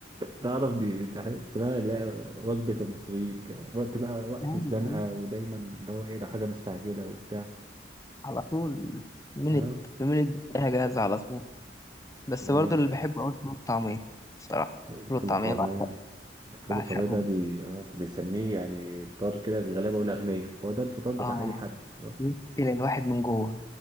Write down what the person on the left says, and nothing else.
<laughs> ايوه
ايوه
على طول من
من الدنيا جاهزه على طول بس
برضو
اللي بحبه قوي الفول والطعميه الصراحه
الفول والطعميه
بعشق
بعشقهم
اه
بص، الى الواحد من جوه